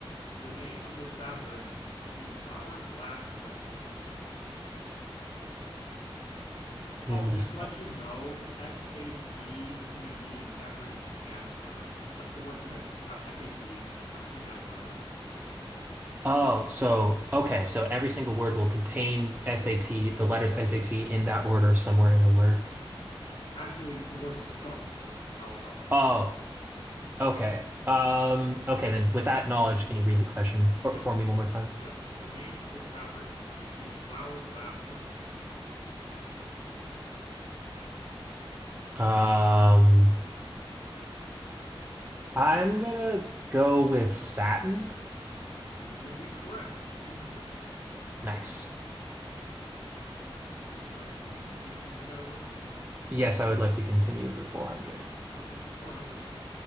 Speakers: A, on the left; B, on the right.
A: the name of this fabric can precede flower, glass, or stitch.
B: The
A: Oh,
B: name
A: and
B: of this.
A: just to let you know, SAT is going to be in every answer. Like the word's going to have SAT in it, like in that order.
B: Oh, so, okay. So every single word will contain SAT, the letters SAT in that order somewhere in the word.
A: Actually, the words start with it. I'll I'll help
B: Oh,
A: you there.
B: okay. Um, okay, then with that knowledge, can you read the question for,
A: Yes.
B: for me one more time?
A: Yes. The name of this fabric can precede flower, glass, or stitch.
B: Um, I'm gonna go with satin.
A: You would be correct. 200.
B: Nice.
A: Would you like to continue with this category?
B: Yes, I would like to continue for 400.
A: Okay, for 400.